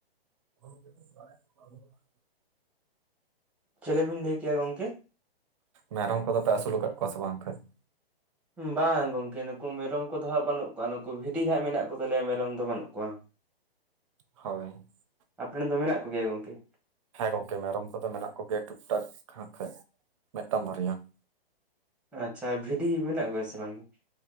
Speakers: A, on the right; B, in the centre.
A: <inaudible>
B: ᱪᱮᱞᱮ ᱵᱤᱱ ᱞᱟᱹᱭ ᱠᱮᱜ-ᱟ ᱜᱚᱝᱠᱮ ᱾
A: ᱢᱮᱨᱚᱢ ᱠᱚ ᱫᱚ ᱯᱮ ᱟᱹᱥᱩᱞ ᱟᱠᱟᱜ ᱠᱚᱣᱟ ᱥᱮ ᱵᱟᱝ <unintelligible>
B: ᱵᱟᱝ ᱜᱚᱝᱠᱮ ᱱᱩᱠᱩ ᱢᱮᱨᱚᱢ ᱠᱚᱫᱚ ᱦᱟᱸᱜ ᱵᱟᱹᱱᱩᱜ ᱠᱚᱣᱟ ᱱᱩᱠᱩ ᱵᱷᱤᱰᱤ ᱦᱟᱸᱜ ᱢᱮᱱᱟᱜ ᱠᱚ ᱛᱟᱞᱮᱭᱟ ᱢᱮᱨᱚᱢ ᱫᱚ ᱵᱟᱹᱱᱩᱜ ᱠᱚᱣᱟ ᱾
A: ᱦᱳᱭ
B: ᱟᱯᱮ ᱨᱮᱱ ᱫᱚ ᱢᱮᱱᱟᱜ ᱠᱚᱜᱮ ᱭᱟ ᱜᱚᱝᱠᱮ ᱾
A: ᱦᱮᱸ ᱜᱚᱝᱠᱮ ᱢᱮᱨᱚᱢ ᱠᱚᱫᱚ ᱢᱮᱱᱟᱜ ᱠᱚᱜᱮᱭᱟ ᱴᱩᱠ ᱴᱟᱠ ᱦᱟᱸᱜ ᱠᱷᱟᱡᱽ ᱢᱤᱫ ᱴᱟᱝ ᱵᱟᱨᱭᱟ ᱾
B: ᱟᱪᱪᱷᱟ ᱵᱷᱤᱰᱤ ᱢᱮᱱᱟᱜ ᱠᱚᱣᱟ ᱥᱮ ᱵᱟᱝ ᱜᱮ ᱾